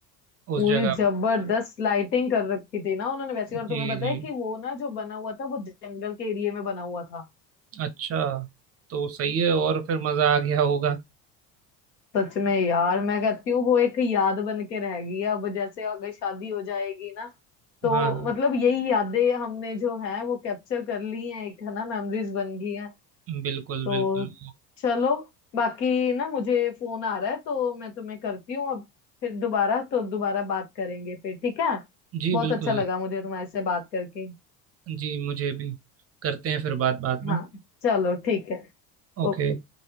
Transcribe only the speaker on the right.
उस
जगह
पर
जी
जी
अच्छा तो सही है और फिर मज़ा आ गया होगा
हाँ
बिल्कुल
बिल्कुल
जी
बिल्कुल
जी मुझे भी करते हैं फिर बात बाद में
ओके